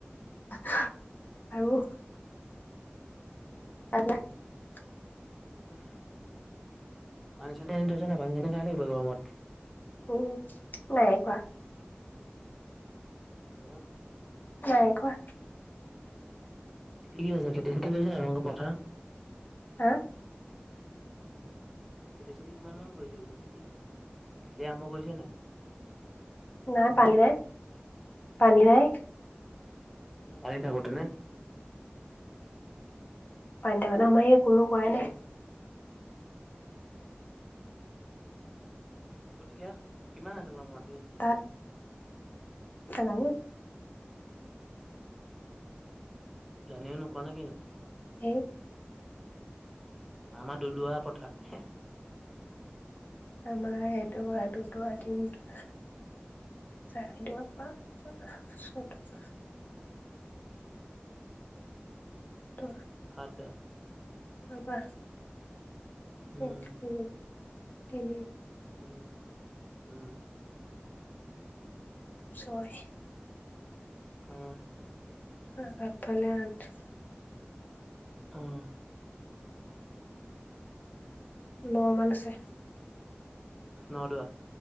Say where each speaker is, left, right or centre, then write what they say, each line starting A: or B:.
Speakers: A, on the left; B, in the centre.
A: আৰু <unintelligible>
B: আহ পানী চানী আনি থৈছ নাই পানী চানী খাই থাকিবা গৰমত।
A: উম নাই খোৱা।
B: কেলে বা
A: নাই খোৱা।
B: খেতি কি কৈছ খেতি ছেতি কৈছ নাই তহংক পথা
A: হা?
B: খেতি চেতি কিমান মান কৰিছে বোলো খেতি? খেতি আৰম্ভ কৰিছে নাই?
A: নাই
B: উম,
A: পানী নাই পানী নাই।
B: <unintelligible> পানী থাকোতে নে
A: পানী থাকোতে আমাৰ ইয়াত কোনো কৰাই নাই।
B: কঠীয়া কিমান আছে তোমাৰ মাত
A: তাত <unintelligible>
B: জানিও নোকোৱা নে কিনো?
A: হেই।
B: আমাৰ দলোৱা পথাৰ।
A: আমাৰ এদুৱা, দুদুৱা, তিনদুৱা। <unintelligible> ত
B: খাদ্য
A: ৰ'বা,
B: উম
A: এক-দুই-তিনি
B: উম, উম।
A: ছয়।
B: হম।
A: আৰু আগফালে আঠ।
B: উম।
A: ন'মান আছে।
B: নদুৱা।